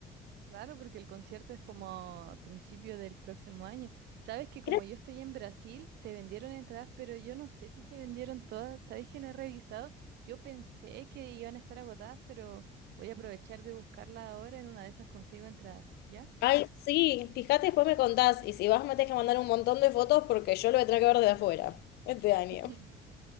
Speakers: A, on the right; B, on the left.
A: Claro, porque el concierto es como a principio del próximo año. Sabes que como
B: Creo-
A: yo estoy en Brasil, se vendieron entradas, pero yo no sé si se vendieron todas. sabes que no he revisado. Yo pensé que iban a estar agotadas, pero voy a aprovechar de buscarla ahora. En una de esas consigo entradas. ¿Ya?
B: Ay, sí, fíjate, después me contás. Y si vas, me tenés que mandar un montón de fotos porque yo lo voy a tener que ver de afuera este año.
A: <laughs>